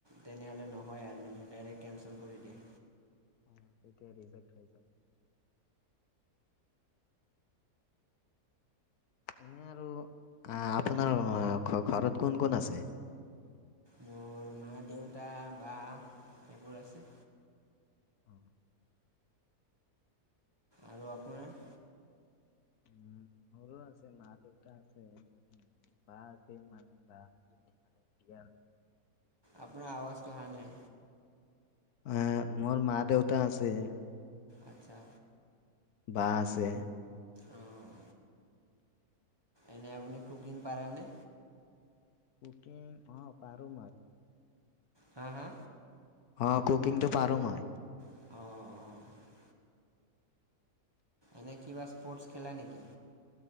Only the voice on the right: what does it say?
তেনেহ'লে নহয় আৰু মানে ডাইৰেক্ট কেনঞ্চেল কৰি দিয়ে।
মোৰ মা দেউতা বা, সেইবোৰ আছে।
আৰু আপোনাৰ?
আপোনাৰ আৱাজটো অহা নাই।
আচ্ছা।
অঁ। এনেই আপুনি কুকিং পাৰা নে।
হা হা
অঁ অঁ। এনে কিবা স্পৰ্টছ খেলা নেকি।